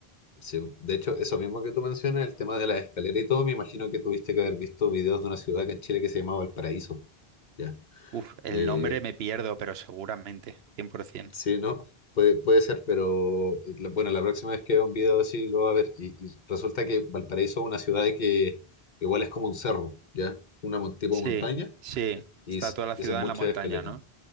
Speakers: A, on the left; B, on the right.
A: Sí, sí. De hecho, eso mismo que tú mencionas, el tema de la escalera y todo, me imagino que tuviste que haber visto videos de una ciudad acá en Chile que se llamaba El Paraíso. Ya.
B: Uf, el
A: Eh,
B: nombre me pierdo, pero seguramente, 100%.
A: sí, no. Puede, puede ser, pero eh, la- bueno, la próxima vez que vea un video así lo va a ver. Y, y resulta que Valparaíso es una ciudad que igual es como un cerro, ¿ya? Una mon- tipo
B: Sí,
A: montaña
B: sí,
A: y,
B: está
A: s-
B: toda la
A: y
B: ciudad
A: son muchas
B: en la montaña,
A: escaleras.
B: ¿no?